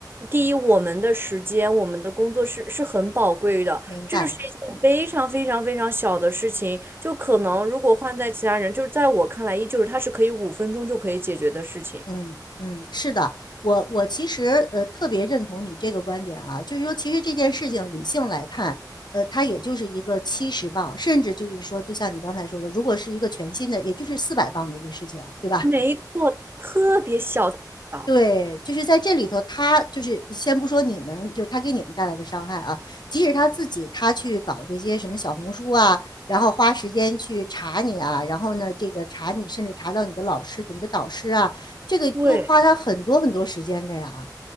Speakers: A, on the right; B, on the left.
A: 第一，我们的时间、我们的工作是是很宝贵的，
B: 明白。
A: 这是一件非常非常非常小的事情，就可能如果换在其他人，就是在我看来，依旧是他是可以五分钟就可以解决的事情。
B: 嗯嗯，是的，我我其实呃特别认同你这个观点啊，就是说其实这件事情理性来看，呃，它也就是一个七十磅，甚至就是说，就像你刚才说的，如果是一个全新的，也就是四百磅的一个事情，对吧？
A: 没错，特别小，特别小。
B: 对，就是在这里头，他就是先不说你们，就是他给你们带来的伤害啊，即使他自己他去搞这些什么小红书啊，然后花时间去查你啊，然后呢，这个查你，甚至查到你的老师、你的导师啊，这个都花他很多很多时间的呀。
A: 对，